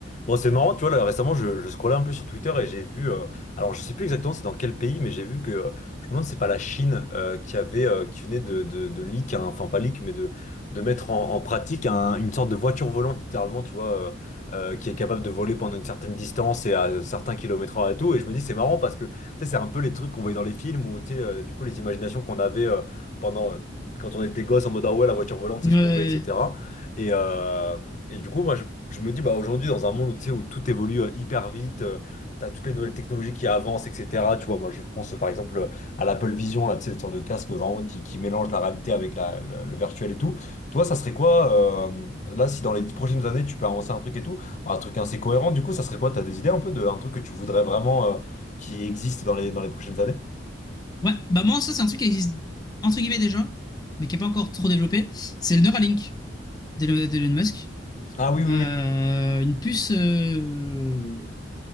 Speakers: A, on the left (about 40°); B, on the left (about 20°).
A: Bon, c'est marrant, tu vois, là, récemment, je, je scrollais un peu sur Twitter et j'ai vu, euh, alors je sais plus exactement c'est dans quel pays, mais j'ai vu que, euh, je me demande, si c'est pas la Chine euh, qui avait, euh, qui venait de, de, de leak, hein, enfin pas leak, mais de, de mettre en, en pratique un- une sorte de voiture volante, littéralement, tu vois, euh, euh, qui est capable de voler pendant une certaine distance et à certains kilomètres heure et tout. Et je me dis, c'est marrant parce que, tu sais, c'est un peu les trucs qu'on voyait dans les films ou, tu sais, euh, du coup, les imaginations qu'on avait euh, pendant, quand on était gosse en mode, ah ouais, la voiture volante, c'est
B: Ouais.
A: ce qu'on veut, etc. Et, euh, et du coup, moi, je, je me dis, bah, aujourd'hui, dans un monde, où, tu sais, où tout évolue euh, hyper vite, euh, t'as toutes les nouvelles technologies qui avancent, etc. Tu vois, moi, je pense, euh, par exemple, euh, à l'Apple Vision, là, tu sais, une sorte de casque vraiment qui, qui mélange la réalité avec la, le, le virtuel et tout. Toi, ça serait quoi, euh, là, si dans les dix prochaines années, tu peux avancer un truc et tout, un truc assez cohérent, du coup, ça serait quoi? T'as des idées un peu d'un truc que tu voudrais vraiment, euh, qui existe dans les, dans les prochaines années?
B: Ouais, bah moi, ça, c'est un truc qui existe, entre guillemets, déjà, mais qui n'est pas encore trop développé. C'est le Neuralink d'Elon d'Elon Musk.
A: Ah oui, oui,
B: Euh,
A: oui.
B: une puce euh,